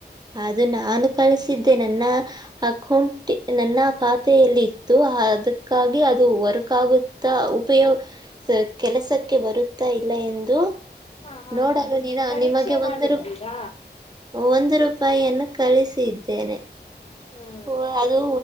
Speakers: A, on the right; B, on the left.
A: ಅದು ನಾನು ಕಳಿಸಿದ್ದೆ ನನ್ನ ಅಕೌಂಟ್ ನನ್ನ ಖಾತೆಯಲ್ಲಿತ್ತ. ಅದಕ್ಕಾಗಿ ಅದು ವರಕಾಗುತ್ತಾ ಉಪಯೋಗ ಕೆಲಸಕ್ಕೆ ಬರುತ್ತಾ ಇಲ್ಲವ. ಲ್ಲ ಎಂದು
B: ಹಾ ಹಾ
A: ನೋಡಲ್ಲ
B: ಹಾ
A: ನೀನ
B: ಪರೀಕ್ಷೆ
A: ನಿಮಗೆ
B: ಮಾಡಿದ್ದೀರಾ
A: ಒಂದು. ಒಂದು ರೂಪಾಯಿಯನ್ನು ಕಳಿಸಿದ್ದೇನೆ
B: ಹ್ಮ್
A: ವ ಅದು.